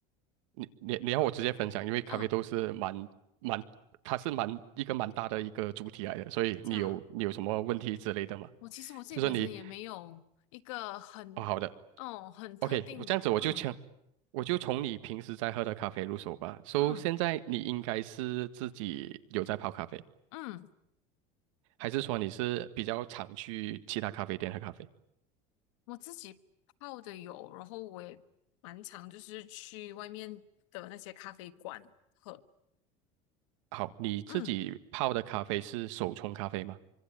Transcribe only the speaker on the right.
你你你要我直接分享，因为咖啡豆是蛮蛮，
它是蛮一个蛮大的一个主题来的，所以你有你有什么问题之类的吗？
就说你哦好的。
OK，我这样子我就从
我就从你平时在喝的咖啡入手吧。So，
现在你应该是自己有在泡咖啡，
还是说你是比较常去其他咖啡店喝咖啡？
好，你自己泡的咖啡是手冲咖啡吗？